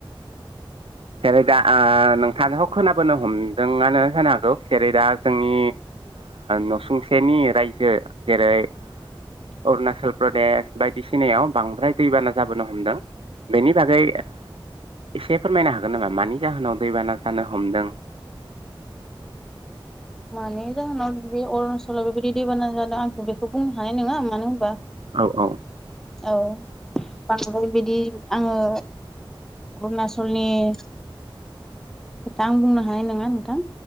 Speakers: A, on the right (about 85°); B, in the centre.
A: जेरै दा नोंथांखौ खोनाबोनो हमदोङानो जानो हागौ जेरै दा जोंनि नसुंसेनि रायजो जेरै अरुणाचल प्रदेश बायदिसिनायाव बांद्राय दैबाना जाबोनो हमदों बेनि बागै एसे फोरमायनो हागोन हागोन नामा मानि जाहोनाव दैबाना जानो हमदों
B: मानि जाहोनाव बे अरुणाचलाव बेबायदि दैबाना जादों आंथ' बेखौ बुंनो हानाय नङा मानो होनबा
A: औ औ
B: औ बांद्राय बिदि आङो अरुणचलनि खथ आं बुंनो हानाय नङा नोंथां